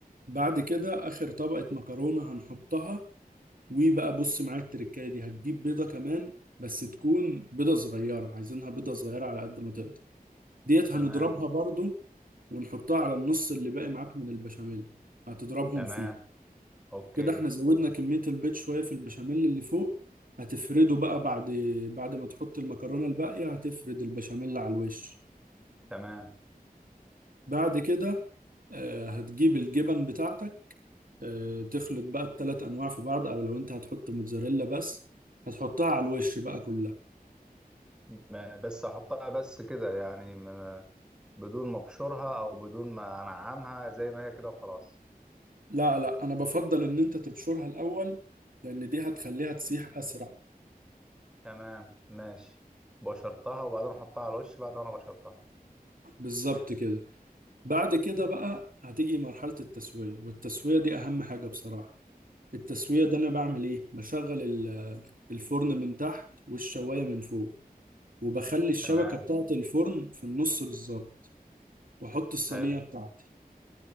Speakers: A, on the right; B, in the centre.
A: بعد كده اخر طبقة مكرونة هنحطها وبقى بص معايا التركايه دي هتجيب بيضه كمان بس تكون بيضه صغيره عايزينها بيضه صغيره على قد ما تقدر ديت
B: تمام
A: هنضربها برضو ونحطها على النص اللي باقي معاك من البشاميل هتضربهم
B: تمام
A: فيه
B: اوكي
A: كده احنا زودنا كميه البيض شويه في البشاميل اللي فوق هتفرده بقى بعد بعد ما تحط المكرونه الباقيه هتفرد البشاميل على الوش
B: تمام
A: بعد كده آه، هتجيب الجبن بتاعتك آه، تخلط بقى التلات انواع في بعض او لو انت هتحط موتزاريلا بس هتحطها على الوش بقى كلها
B: ما- بس احطها بس كده يعني ما- بدون ما ابشرها او بدون ما انعمها زي ما هي كده وخلاص
A: لا لا انا بفضل ان انت تبشرها الاول لان دي هتخليها تسيح اسرع
B: تمام ماشي بشرتها وبعدين احطها على الوش بعد ما انا بشرتها
A: بالظبط كده بعد كده بقى هتيجي مرحلة التسوية والتسوية دي اهم حاجة بصراحة التسوية ده انا بعمل ايه بشغل ال- آه، الفرن من تحت والشواية من فوق وبخلي الشبكة
B: تمام
A: بتاعة الفرن في النص بالظبط واحط الصينية
B: حلو
A: بتاعتي